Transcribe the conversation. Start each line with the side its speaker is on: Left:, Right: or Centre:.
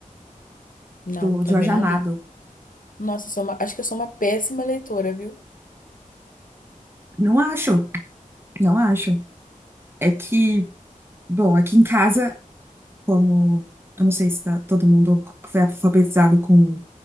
Left: Não,
Right: do
Left: também
Right: Jorge Amado.
Left: não li. Nossa, eu sou uma- acho que eu sou uma péssima leitora, viu?
Right: Não acho, não acho. É que, bom, aqui em casa. como, eu não sei se tá, todo mundo foi alfabetizado com